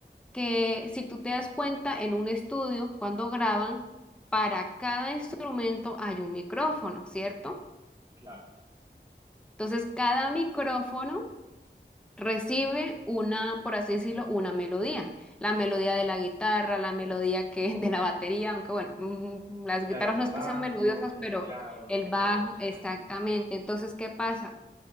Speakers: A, in the centre; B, on the right.
A: Que si tú te das cuenta en un estudio, cuando graban, para cada instrumento hay un micrófono, ¿cierto?
B: claro,
A: Entonces, cada micrófono recibe una, por así decirlo, una melodía. La melodía de la guitarra, la melodía que, <laughs> de la batería, aunque bueno, mm, las
B: claro,
A: guitarras
B: del
A: no es
B: bajo,
A: que sean melodiosas,
B: del
A: pero
B: teclado,
A: el
B: de
A: bajo,
B: la voz.
A: exactamente.
B: <laughs>
A: Entonces, ¿qué pasa?